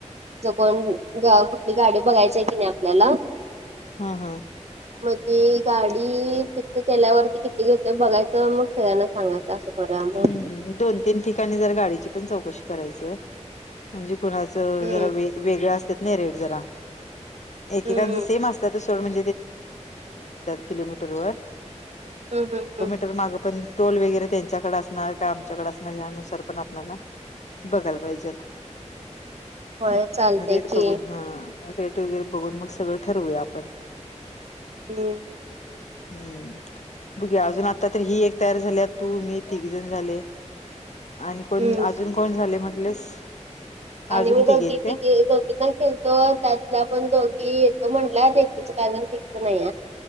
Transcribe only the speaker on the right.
ज कोण कुठली गाडी बघायचय की नाही आपल्याला
मगज गाडी पिक्त केल्यावरती किती घेतो बघायचं मग सगळ्यांना सांगायचं असं कराम
हम्म
हम्म
हम्म हम्म हम्म.
होय चालतय
की
हम्म
हम्म
आणि
मी दोघी
तिके
दोघी ना केे त त्यातला पण दोघी येतो म्हंटल्याचं कारण िकत नाही